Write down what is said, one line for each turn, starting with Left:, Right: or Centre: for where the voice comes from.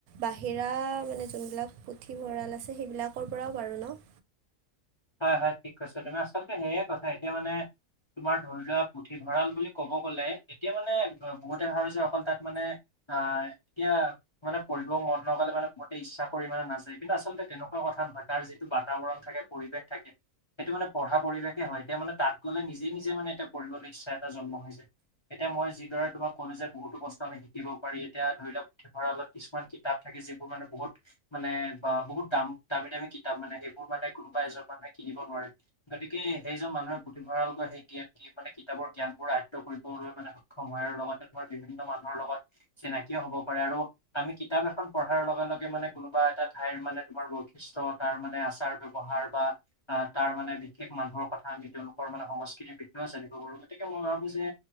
Right: বাহিৰা মানে যোনবিলাক পুথিভঁৰাল আছে সেইবিলাকৰ পৰাও বাৰু ন'।
Left: হয়, হয় ঠিক কৈছ তুমি আচলতে সেয়ে কথা এতিয়া মানে তোমাৰ ধৰি লোৱা পুথিভঁৰাল বুলি ক'ব গ'লে এতিয়া মানে বহুতে ভাৱে অকল তাত মানে হয়। এতিয়া মানে পঢ়িব মন নগলে মানে মতে বহুতে ইচ্ছা কৰি মানে নাযায় কিন্তু আচলতে তেনেকুৱা কথা নহয় তাৰ যে টো বাৰ্তাবৰণ থাকে পৰিৱেশ থাকে সেইটো মানে পঢ়া পৰিৱেশে হয় এতিয়া মানে তাত মানে নিজে নিজে মানে পঢ়িবলৈ ইচ্ছা এটা জন্ম হৈছে। এতিয়া মই যিদৰে তোমাক ক'লো যে বহুতো বস্তু আমি শিকিব পাৰি এতিয়া ধৰি লওক ভঁৰালত কিছুমান কিতাপ থাকে যিবোৰ মানে বহুত মানে বা বহুত দাম দামী দামী কিতাপ মানে সেইবোৰ মানে কোনোবা এজন মানুহে কিনিব নোৱাৰে। গতিকে সেইজন মানুহে পুথিভঁৰাল সেই জ্ঞা এই মানে কিতাপৰ জ্ঞানবোৰ আয়ত্ব কৰিবলৈ মানে সক্ষম হয় আৰু লগতে ধৰ বিভিন্ন মানুহৰ লগত চিনাকিও হ'ব পাৰে আৰু আমি কিতাপ এখন পঢ়াৰ লগে লগে মানে কোনোবা এটা ঠাইৰ মানে তোমাৰ বৈশিষ্ট্য তাৰ মানে আচাৰ ব্যৱহাৰ বা আহ তাৰ মানে বিশেষ মানুহৰ কথা আমি তেওঁলোকৰ মানে সংস্কৃতিৰ বিষয়েও জানিব পাৰোঁ গতিকে মই ভাবো যে